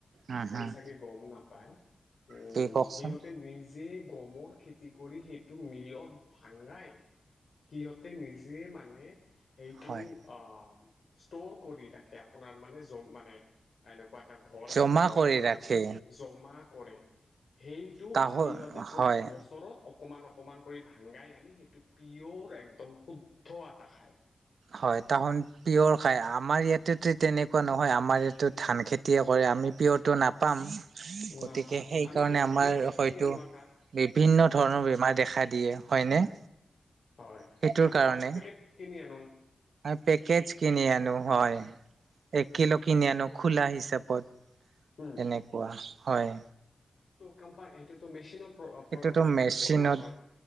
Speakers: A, on the right; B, on the left.
A: উম
B: আপুনি
A: হম
B: চাগে গম উম
A: কি কওকচোন
B: সিহতে নিজে যে গমৰ খেতি কৰি সেইটো মিলক ভাঙাই। সিহঁতে নিজে মানে সেইটো
A: হয়
B: অ ষ্টোৰ কৰি ৰাখে আপোনাৰ মানে জম মানে এনেকুৱা এটা ঘৰ
A: জমা
B: আছে সিহঁতৰ।
A: কৰি ৰাখে
B: জমা কৰে সেইটো
A: তাহো
B: সিহঁতে
A: হয়
B: বছৰত- অকণমান অকমান কৰি ভাঙাই আনি সেইটো পিয়ৰ একদম শুদ্ধ আটা খায়।
A: হয় তাহোন পিয়ৰ খায়। আমাৰ ইয়াতেতো তেনেকুৱা নহয় আমাৰ ইয়াতো ধান খেতিয়ে কৰে আমি পিয়ৰটো নাপাম। গতিকে
B: নাপাম
A: সেইকাৰণে
B: আমিতো
A: আমাৰ
B: পেকেট কিনি
A: হয়তো
B: আনো আটাৰ
A: বিভিন্ন ধৰণৰ বেমাৰ দেখা দিয়ে হয়নে?
B: হয়
A: সেইটোৰ
B: আমিতো
A: কাৰণে
B: আটা পেকট কিনি আ
A: পেকেজ কিনি আনো হয় এক কিলো কিনি আনো খোলা হিচাপত
B: উম।
A: তেনেকুৱা হয়।
B: কম্পা এয়ইটোতো মেচিনত
A: সেইটোতো
B: মানে
A: মেচিনত
B: বনোৱা হয়